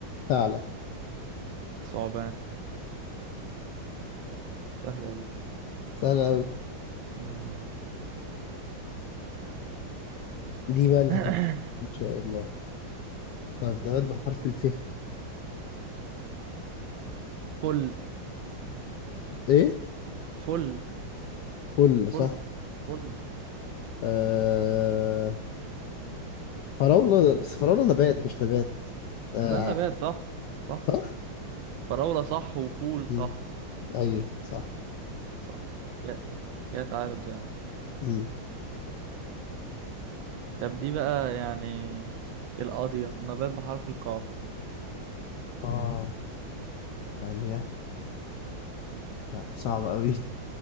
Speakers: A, on the left; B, on the right.
A: ثعلب
B: ثعبان سهلة دي
A: سهلة أوي
B: مم.
A: دي بقى اللي
B: <coughs>
A: هتبقى إن شاء الله طيب نبات بحرف الف
B: فل
A: إيه
B: فل
A: فل
B: فل
A: صح
B: فل
A: آه فراولة <laughs> بس فراولة نبات مش نبات آه.
B: لا نبات صح صح
A: صح؟
B: فراولة صح وفول
A: مم.
B: صح
A: أيوه صح
B: صح كده كده تعادل زي ما
A: مم.
B: طب دي بقى يعني القاضية نبات بحرف القاف
A: آه ثانية آه. صعبة أوي